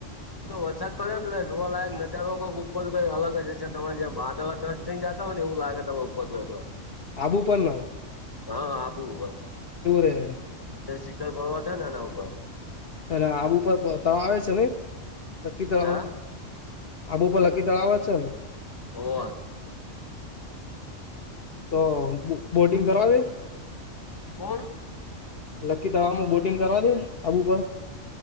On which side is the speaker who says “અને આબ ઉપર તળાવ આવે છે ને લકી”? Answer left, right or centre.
Left